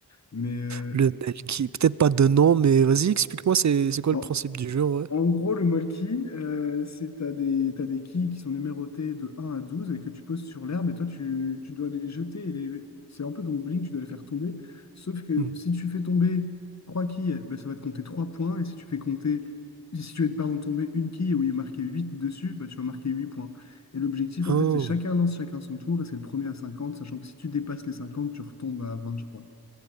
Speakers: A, on the left; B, on the right.
A: mais euh,
B: Le mail qui, peut-être pas de nom, mais vas-y, explique-moi, c'est, c'est quoi
A: en,
B: le principe du jeu, ouais?
A: En gros, le molki, euh, c'est t'as des, t'as des quilles qui sont numérotées de un à 12 et que tu poses sur l'herbe et toi, tu, tu dois les jeter. et les... C'est un peu comme au bowling, tu dois les faire tomber. Sauf que
B: Mhm.
A: si tu fais tomber trois quilles, ben, ça va te compter 3 points. Et si tu fais compter, si tu fais, pardon, tomber une quille où il est marqué 8 dessus, ben, tu vas marquer 8 points. Et l'objectif,
B: Ah.
A: en fait, c'est chacun lance chacun son tour et c'est le premier à 50. sachant que si tu dépasses les 50, tu retombes à 20, je crois.